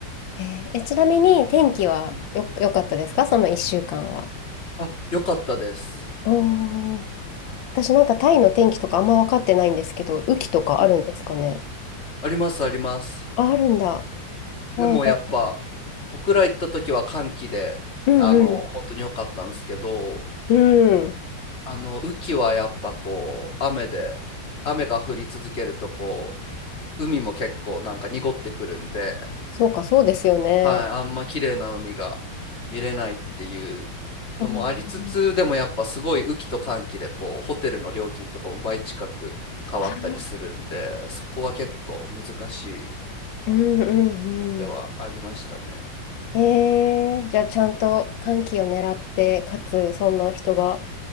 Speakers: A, on the left; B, on the left.
A: えーえちなみに天気はよ、
B: うん、
A: 良かったですかその1週間は。
B: あ、良かったです。
A: おー、私なんかタイの天気とかあんま分かってないんですけど、雨季とかあるんですかね。
B: うん。ありますあります。
A: あ、あるんだ。あ、
B: でもやっぱ僕ら行った時は寒気であの本当に良かったんですけど
A: じゃあうんうん。うん。
B: あの雨季はやっぱこう雨で雨が降り続けるとこう海も結構なんか濁ってくるんで
A: そうか、そうですよね。
B: はい、あんま綺麗な海が見れないっていうのもありつつ、
A: うん、
B: でもやっぱすごい雨季と乾季でこうホテルの料金とかも倍近く変わったりするんで、
A: あ、
B: そこは結構難しい
A: うんう
B: ではありましたね。
A: んうん。えー、じゃあちゃんと寒気を狙って、
B: うん、
A: かつそんな人が、